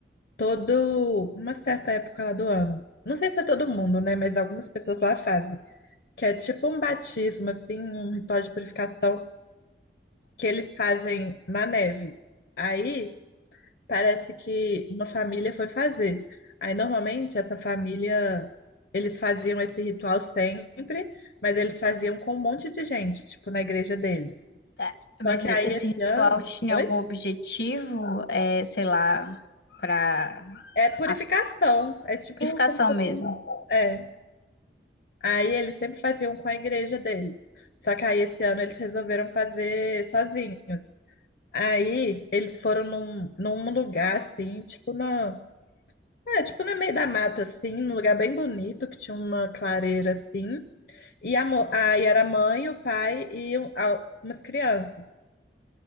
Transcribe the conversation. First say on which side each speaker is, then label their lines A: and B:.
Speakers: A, on the left; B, on the left.
A: todo uma certa época lá do ano. Não sei se é todo mundo, né? Mas algumas pessoas lá fazem. Que é tipo um batismo, assim, um ritual de purificação que eles fazem na neve. Aí parece que uma família foi fazer. Aí normalmente essa família, eles faziam esse ritual sempre, mas eles faziam com um monte de gente, tipo na igreja deles.
B: Tá,
A: Só
B: Mas
A: que
B: e-
A: aí
B: esse
A: esse
B: ritual
A: ano,
B: tinha
A: oi?
B: algum objetivo, é, sei lá, para
A: É purificação,
B: a
A: é tipo
B: purificação
A: como se fosse
B: mesmo?
A: um, é, Aí eles sempre faziam com a igreja deles. Só que aí esse ano eles resolveram fazer sozinhos. Aí eles foram num, num lugar assim, tipo na, é, tipo no meio da mata assim, num lugar bem bonito que tinha uma clareira assim. E a, mo- aí era a mãe, o pai e um- a- umas crianças.